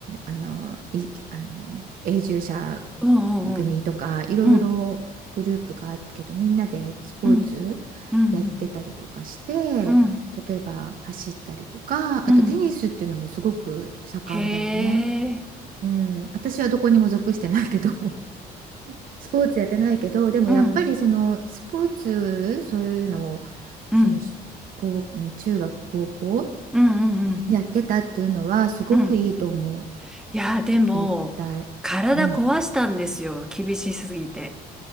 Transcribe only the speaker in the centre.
おうおうおう。
うん、うん、うん、
うん、うん。
うん
へえ。
うん、
うん、
うん、うん、うん。
うんいやー、でも、
体壊したんですよ。
厳しすぎて。